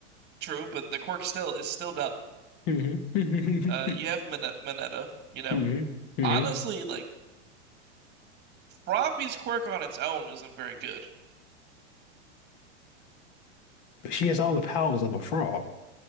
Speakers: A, on the right; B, on the left.
A: true, but the quirk still is still dumb.
B: Mm-hmm.
A: Uh, you have
B: <laughs>
A: Mineta, Mineta, you know.
B: Mm-hmm. Mm-hmm.
A: Honestly,
B: Mm-hmm.
A: like Froppy's quirk on its own isn't very good.
B: She has all the powers of a frog.